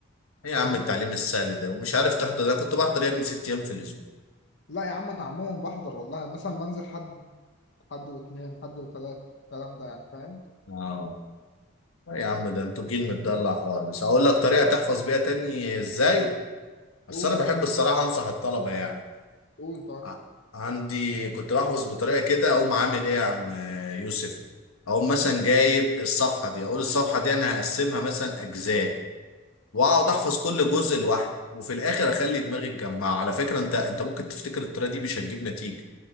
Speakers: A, on the left; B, on the left.
A: ايه يا
B: فاهمني؟
A: عم التعليم السهل ده ومش عارف تحضر ده أنا كنت بحضر يا ابني ست ايام في الاسبوع
B: لا يا عم انا عموما بحضر والله مثلا بنزل حد حد واثنين حد وثلاث الكلام ده يعني فاهم؟
A: اه إيه يا عم ده انتوا جيل متدلع خالص هقول لك طريقة تحفظ بيها تاني ازاي بس
B: قول
A: انا بحب الصراحة انصح الطلبة يعني
B: قول
A: ع- عندي كنت بحفظ بطريقه كده اقوم عامل ايه يا عم آه، يوسف اقوم مثلا جايب الصفحه دي اقول الصفحه دي انا هقسمها مثلا اجزاء واقعد
B: طيب
A: احفظ كل جزء لوحده وفي الاخر اخلي دماغي تجمعها على فكره انت انت ممكن تفتكر الطريقه دي مش هتجيب نتيجه